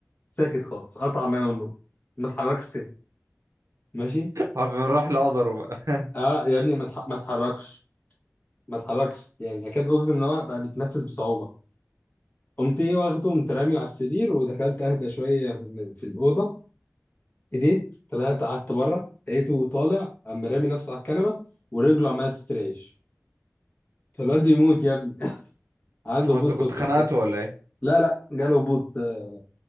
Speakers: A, on the left; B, on the right.
A: ساكت خالص قطع ميه والنور ما اتحركش تاني ماشي
B: عارف من راح لقدره بقى
A: اه يا ابني ما تح- ما اتحركش ما اتحركش يعني اكاد اجزم ان هو بقى بيتنفس بصعوبه قمت ايه واخده قمت راميه على السرير ودخلت اهدى شويه في في الاوضه هديت طلعت قعدت بره لقيته طالع قام رامي نفسه على الكنبه ورجله عماله تستريش فالواد ده يموت يا ابني <laughs> عنده
B: هو
A: هبوط
B: انت كنت
A: سكر
B: خنقته
A: ف
B: ولا ايه
A: لا لا جاله هبوط آه،